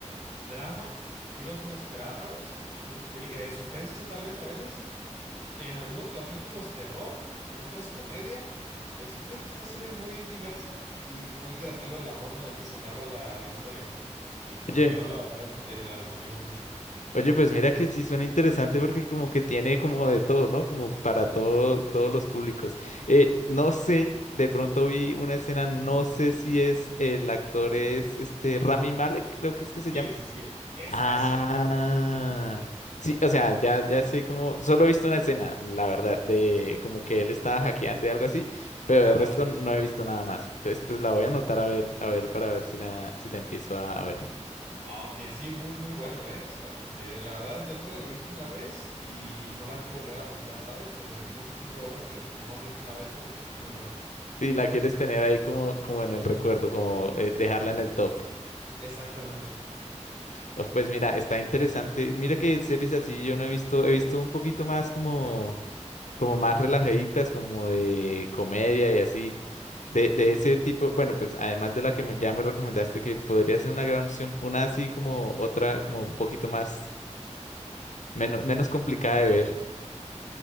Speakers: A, on the right; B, on the left.
A: drama, giros inesperados, intri- eh, suspenso tal vez a veces en algunos capítulos terror, en otros comedia. El chiste es que es una serie muy diversa y muy creativa en la forma en la que se narra la, la historia. Y pues
B: Oye,
A: yo la verdad eh, la recomiendo mucho.
B: oye, pues mira que sí suena interesante porque como que tiene como de todo, ¿no? Como para todo, todos los públicos. Eh, no sé, de pronto vi una escena, no sé si es el actor es este Rami Malek, creo que es que se
A: Sí,
B: llama.
A: sí, sí, esa
B: Ah,
A: es, esa es.
B: sí, o sea, ya, ya sé como, solo he visto una escena, la verdad, de como que él estaba hackeando y algo así, pero
A: Ajá.
B: el resto no he visto nada más. Entonces, pues la voy a anotar a ver, a ver, para ver si la, si la empiezo a, a ver.
A: Aunque sí, muy, muy bueno, ¿eh? O sea, porque la verdad yo solo la he visto una vez y no la quiero volver a manchar, ¿sabes? O sea, es de ese tipo de obras que nomás ves una vez porque es muy buena.
B: Si la quieres tener ahí como, como en el recuerdo, como eh, dejarla en el top.
A: Exactamente.
B: Oh, Pues mira, está interesante. Mira que series así yo no he visto, he visto un poquito más como, como más relajaditas, como de comedia y así, de, de ese tipo. Bueno, pues además de la que me- ya me recomendaste que podría ser una gran opción, una así como otra, como un poquito más, menos, menos complicada de ver.